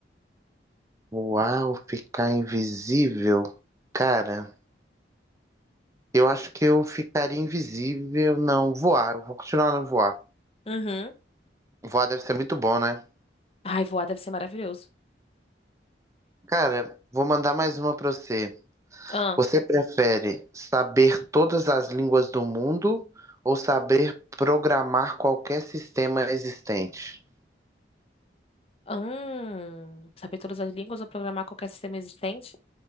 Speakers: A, on the right; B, on the left.
A: Voar ou ficar invisível? Cara, Eu acho que eu ficaria invisível. Não, voar. Eu vou continuar no voar.
B: Uhum.
A: Voar deve ser muito bom, né?
B: Ai, voar deve ser maravilhoso.
A: Cara, vou mandar mais uma pra você.
B: Ah,
A: Você prefere saber todas as línguas do mundo ou saber programar qualquer sistema existente?
B: hum, saber todas as línguas ou programar qualquer sistema existente?